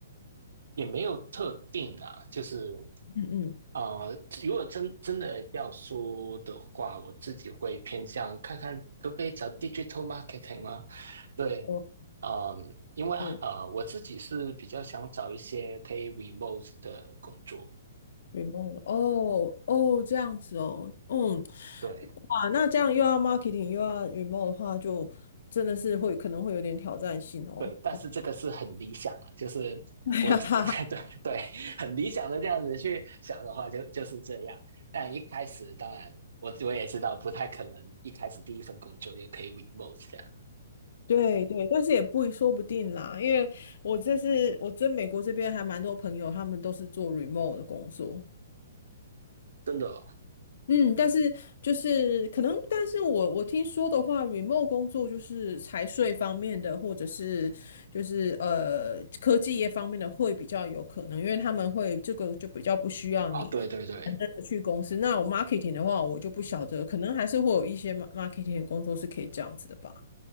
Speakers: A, on the right; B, on the left.
A: 也没有特定啊。就是
B: 嗯嗯，
A: 啊，如果真真的要说的话，我自己会偏向看看可不可以找 digital marketing 吗？对，
B: 哦，
A: 嗯，因为呃，
B: 是。
A: 我自己是比较想找一些可以 remote 的工作，
B: remote 哦哦，这样子哦，嗯，
A: 对
B: 哇，那这样又要 marketing 又要 remote 的话，就真的是会可能会有点挑战性哦。
A: 对，但是这个是很理想了，
B: <laughs>
A: 就是我自
B: 哎呀哈哈
A: <laughs> 对对，很理想的这样子去想的话就，就是这样。但一开始当然，我我也知道不太可能一开始第一份工作就可以 remote 这样，
B: 对对，但是也不说不定啦，因为我这是我在美国这边还蛮多朋友，他们都是做 remote 的工作。
A: 真的
B: 嗯，但是就是可能，但是我我听说的话，remote 工作就是财税方面的，或者是就是呃科技业方面的会比较有可能，因为他们会这个就比较不需要你真的去公司。
A: 啊，哦对对对，
B: 那我 marketing 的话，我就不晓得，可能还是会有一些 ma- marketing 的工作是可以这样子的吧。